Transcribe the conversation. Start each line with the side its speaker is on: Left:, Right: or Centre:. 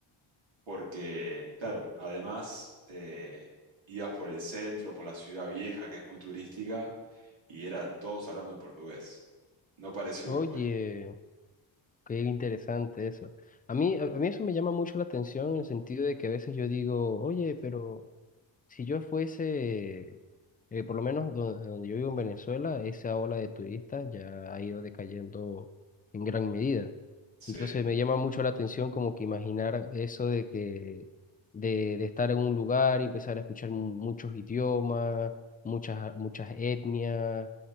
Right: Porque, claro, además eh, ibas por el centro, por la ciudad vieja, que es muy turística, y era todos hablando en portugués. No parecía
Left: Oye,
Right: Uruguay.
Left: qué interesante eso. A mí, a a mí eso me llama mucho la atención en el sentido de que a veces yo digo, oye, pero Si yo fuese, eh, por lo menos do- donde, yo vivo en Venezuela, esa ola de turistas ya ha ido decayendo en gran medida.
Right: Sí,
Left: Entonces me llama mucho la atención como que imaginar eso de que de, de estar en un lugar y empezar a escuchar mu- muchos idiomas, muchas, muchas etnias,